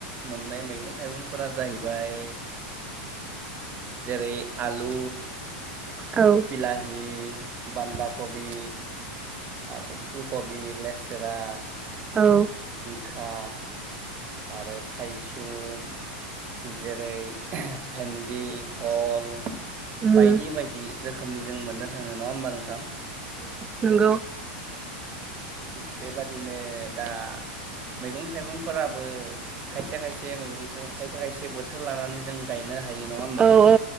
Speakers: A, on the right; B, on the right.
A: मोननाय मैगं थाइगंफोरा जाहैबाय जेरै आलु
B: औ
A: बिलााहि बान्दाकबि आरो फुलकबि, लेस्रा,
B: औ
A: खा आरो थाइस सुम जेरै भेेनदि हल
B: उम
A: बायदि बायदि। रोखोमनि जों मोननो थांङो नङा होमबा नोंथां?
B: नोंगौ
A: थिग बेबादिनो दा मैगं थाइगंफोराबो खायसे खायसे मैगंखौ खायसे खायसे बोथोर लानानै जों गाय नो हायो नङा होनबा
B: औ औ